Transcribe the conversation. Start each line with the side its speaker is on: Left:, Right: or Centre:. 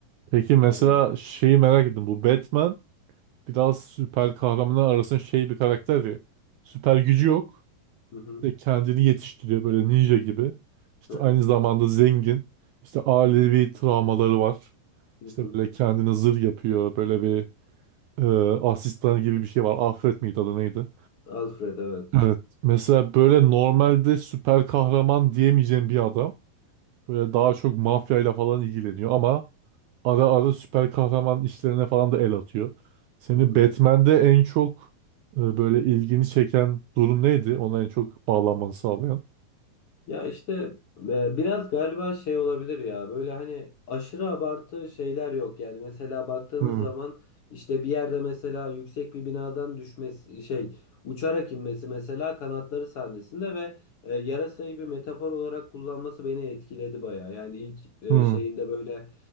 Right: Peki mesela
Left: Yani
Right: şeyi merak ettim. Bu Batman biraz süper kahramanlar arasında şey bir karakter ya. Süper gücü yok.
Left: Hı hı,
Right: İşte kendini yetiştiriyor böyle ninja gibi. İşte
Left: hı hı,
Right: aynı zamanda zengin. İşte ailevi travmaları var.
Left: hı
Right: İşte
Left: hı.
Right: böyle kendini zırh yapıyor. Böyle bir e, asistan gibi bir şey var. Alfred miydi adı neydi?
Left: Alfred evet.
Right: Evet. Mesela böyle normalde süper kahraman diyemeyeceğim bir adam. Böyle daha çok mafyayla falan ilgileniyor ama ara ara süper kahraman işlerine falan da el atıyor. Seni
Left: Hı hı.
Right: Batman'de en çok e, böyle ilgini çeken durum neydi? Ona en çok bağlanmanı sağlayan.
Left: Ya işte e, biraz galiba şey olabilir ya böyle hani aşırı abartı şeyler yok yani mesela baktığınız
Right: Hmm.
Left: zaman işte bir yerde mesela yüksek bir binadan düşmesi şey uçarak inmesi mesela kanatları sahnesinde ve e, yarasayı bir metafor olarak kullanması beni etkiledi baya yani ilk e,
Right: Hmm.
Left: şeyinde böyle